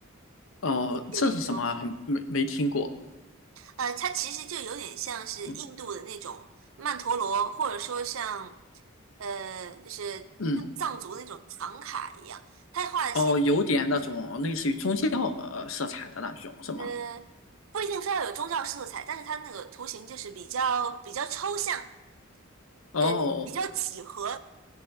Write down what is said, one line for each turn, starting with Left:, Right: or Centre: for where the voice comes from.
Left: 哦，
Right: 有听说吗？
Left: 这是什么啊还没没听过。
Right: 呃，它其实就有点像是印度的那种曼陀罗，
Left: 嗯
Right: 或者说像呃，就是跟藏族那种唐卡一样，
Left: 嗯
Right: 它画的是
Left: 哦，有点那种类似于宗教呃色彩的那种是吗？
Right: 呃，不一定非要有宗教色彩，但是它那个图形就是比较比较抽象，
Left: 哦
Right: 呃，比较几何，